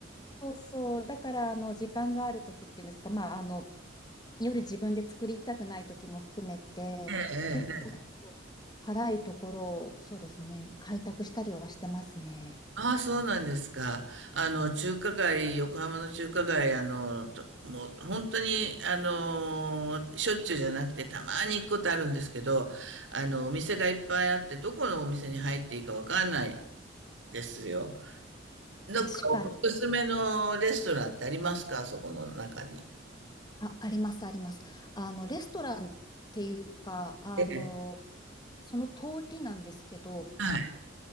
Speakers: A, on the left; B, on the right.
A: そうそう。だから、あの、時間がある時っていうんですか、まあ、あの、夜自分で作りたくない時も含めて、
B: ええええええ。
A: 結構、辛いところを、そうですね、開拓したりはしてますね。
B: ああ、そうなんですか。あの、中華街、横浜の中華街、あの、ともう本当に、あの、しょっちゅうじゃなくて、たまに行くことあるんですけど、あの、お店がいっぱいあって、どこのお店に入っていいかわかんないですよ。どっかおすすめのレストランってありますかそこの中に。
A: 確かに。あ、あります、あります。あの、レストランっていうか、あの、
B: ええ、
A: その通りなんですけど、
B: はい、